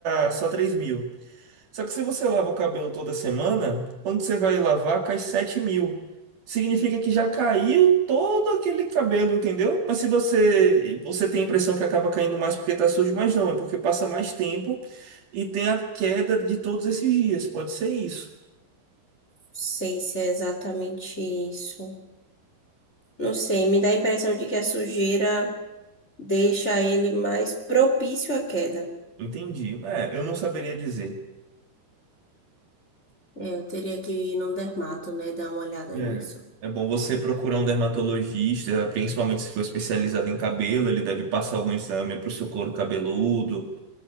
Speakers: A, on the right; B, on the left.
A: a só três mil. Só que se você lava o cabelo toda semana, quando você vai lavar, cai sete mil. Significa que já caiu todo aquele cabelo, entendeu? Mas se você, você tem a impressão que acaba caindo mais porque tá sujo, mas não, é porque passa mais tempo e tem a queda de todos esses dias. Pode ser isso.
B: sei se é exatamente isso. Não sei, me dá a impressão de que a sujeira deixa ele mais propício à queda.
A: Entendi. É, eu não saberia dizer.
B: É, eu teria que ir num dermato, né? Dar uma olhada
A: É.
B: nisso.
A: É bom você procurar um dermatologista, principalmente se for especializado em cabelo, ele deve passar algum exame para o seu couro cabeludo